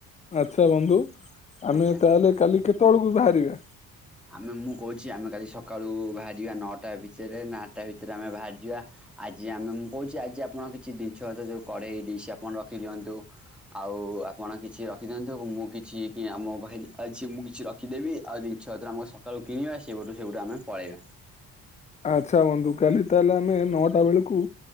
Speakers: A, on the left; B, in the centre.
A: ଆଚ୍ଛା ବନ୍ଧୁ ଆମେ
B: ଆଜ୍ଞା
A: ତାହେଲେ କାଲି କେତେବେଳକୁ ବାହାରିବା?
B: ଆମେ ମୁଁ କହୁଛି ଆମେ କାଲି ସକାଳୁ ବାହାରିଯିବା ନଅଟା ଭିତରେ ନା ଆଠଟା ଭିତରେ ଆମେ ବାହାରିଯିବା ଆ ଆଜି ଆମେ ମୁଁ କହୁଛି ଆଜି ଆପଣ କିଛି ଜିନିଷ ପତ୍ର ଯଉ କଢ଼େଇ ଡିସ୍ ଆପଣ ରଖିଦିଅନ୍ତୁ ଆଉ ଆ ଆପଣ କିଛି ରଖିଦିଅନ୍ତୁ ମୁଁ କିଛି କି ଆ ମୋ ପାଖରେ ଅଛି ମୁଁ କିଛି ରଖିଦେବି ଆଦି ଛତ୍ର ଆମକୁ ଏକା ସକାଳୁ କିଣିବା ସେପଟୁ ସେପଟୁ ଆମେ ପଳେଇବା।
A: ଆଚ୍ଛା ବନ୍ଧୁ କାଲି ତାହେଲେ ଆମେ ନଅଟା ବେଳକୁ